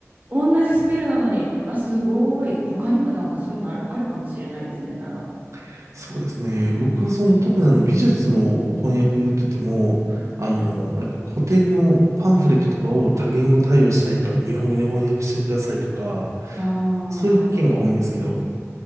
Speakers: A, on the right; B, on the right.
A: 同じスペルなのに、あ、すごい。他にもなんかそういうのある、あるかもしれないですね、なら。
B: <laughs> そうですね。僕はその特にあの美術の翻訳って言っても、あの、
A: うん
B: なんか古典のパンフレットとかを多言語対応したいから日本語に翻訳してくださいとか、
A: あ
B: そういう案件が多いんですけど、
A: あ。